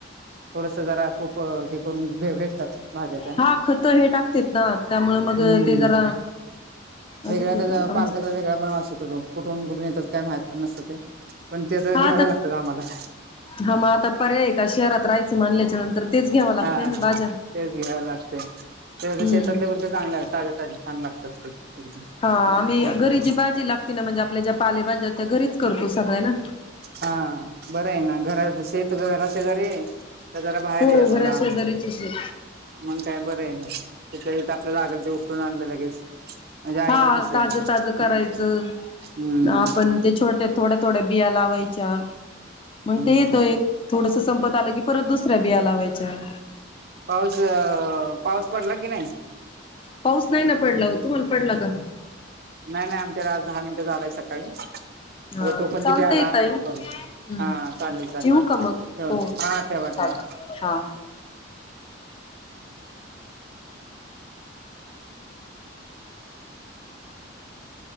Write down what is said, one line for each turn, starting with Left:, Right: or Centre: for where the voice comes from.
Right: थोडस जरा खूप. हे करून भ भेटतात भाज्या त्या
Left: हा खत हे टाकते, ना त्यामु मग
Right: हम्म
Left: ते जरा.
Right: वेगळ्या
Left: असंच होतं
Right: त्याचा
Left: ना आमच
Right: पालकाचा वेगळा वेगळा वास येतो, तो कुठून कुठून येतात काय माहित पण नसतो ते पण. ते तर घ्याव्या
Left: हा आता
Right: लागतात आम्हाला.
Left: हा मग आता पर्याय का शहरात राहायचं, म्हणल्याच्या नंतर तेच घ्यावं लागतंय
Right: हा
Left: ना भाज्या.
Right: तेच घ्याव लागत ते
Left: हम्म
Right: शेतातले उलट तर, चांगले आहेत ताज्या ताज्या छान लागतात. एकदम
Left: हा आम्ही
Right: मस्त
Left: घरी
Right: आहे
Left: जी भाजी लागती ना म्हणजे, आपल्या ज्या पालेभाज्या आहेत त्या घरीच करतो सगळे ना.
Right: हा बरं आहे ना घरा शेतरा शेजारी आहे. का जरा बाहेरही
Left: हो
Right: असे
Left: घरा
Right: लांब,
Left: शेजारीची शेत
Right: मग काय बरं आहे ना. तथ आपल्याला लागल ते उठरून आणलं लगेच... म्हणजे आईकडे
Left: हा
Right: तसं
Left: ताजं
Right: आहे
Left: ताज करायचं....
Right: हम्म
Left: आपण ते छोट्या थोड्या थोड्या बिया लावायच्या. मग
Right: हम्म
Left: ते येत एक थोडस संपत आलं की परत दुसऱ्या बिया लावायच्या.
Right: मग पाऊस पडला की नाही.
Left: पाऊस नाही ना पडला हो तुम्हाला पडला का.
Right: नाही नाही आमच्याला आज दहा मिनिटं झालाय सकाळी
Left: हा
Right: अग तो पण
Left: चालतंय
Right: किती आला
Left: ताई
Right: सॉरी.
Left: हम्म
Right: हा चालेू चालेू
Left: ठेवू का मग
Right: ठेव
Left: हो
Right: हा ठेवा ठेवा...
Left: चालत हा